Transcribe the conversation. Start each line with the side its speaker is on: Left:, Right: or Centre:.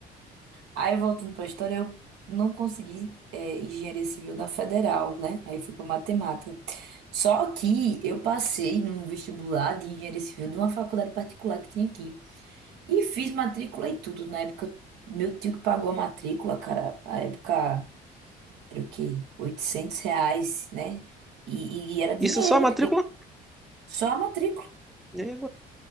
Right: Aí voltando para a história, eu não consegui é, engenharia civil na federal, né? Aí fui para matemática. Só que eu passei num vestibular de engenharia civil de uma faculdade particular que tinha aqui. E fiz matrícula e tudo. Na época, meu tio que pagou a matrícula, cara, na época era o quê? 800 reais, né? E, e era dinheiro.
Centre: Isso é só a matrícula?
Right: Só a matrícula.
Centre: né,